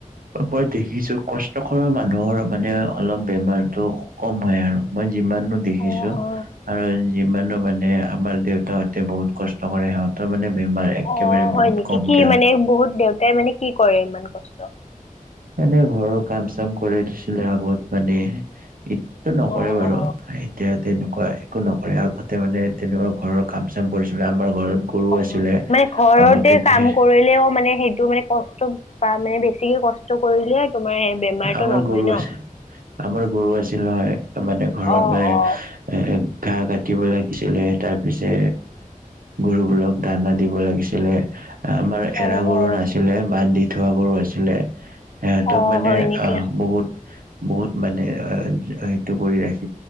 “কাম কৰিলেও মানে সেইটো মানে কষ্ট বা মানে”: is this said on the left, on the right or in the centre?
Left